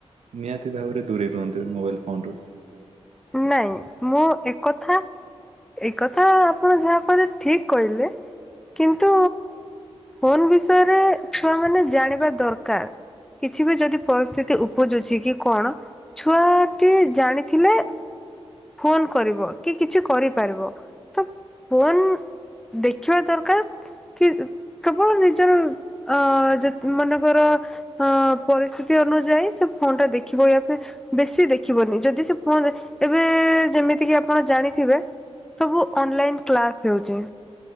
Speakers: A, on the right; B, in the centre.
A: ନିହାତି ଭାବରେ ଦୂରେଇ ରୁହନ୍ତି ମୋବାଇଲ୍ ଫୋନ୍ ରୁୁ।
B: ନାଇଁ ମୁଁ ଏକଥା ଏଇ କଥା ଆପଣ ଯାହା କହିଲେ ଠିକ କହିଲେ। କିନ୍ତୁ ଫୋନ୍ ବିଷୟରେ ଛୁଆ ମାନେ ଜାଣିବା ଦରକାର। କିଛି ବି ଯଦି ପରିସ୍ଥିତି ଉପୁଜୁଛି କି କଣ ଛୁଆ ଟି ଜାଣିଥିଲେ ଫୋନ୍ କରିବ କି କିଛି କରିପାରିବ ତ ଫୋନ୍ ଦେଖିବା ଦରକାର। କି କେବଳ ନିଜର ଅ, ଯେ ମନେକର ହଁ ପରିସ୍ଥିତି ଅନୁଯାୟୀ ସେ ଫୋନ୍ ଟା ଦେଖିବ ୟା ଫେର୍ ବେଶି ଦେଖିବନି ଯଦି ସେ ଫୋନ୍ ଏବେ ଯେମିତିକି ଆପଣ ଜାଣିଥିବେ ସବୁ ଅନଲାଇନ୍ କ୍ଲାସ୍ ହେଉଚି।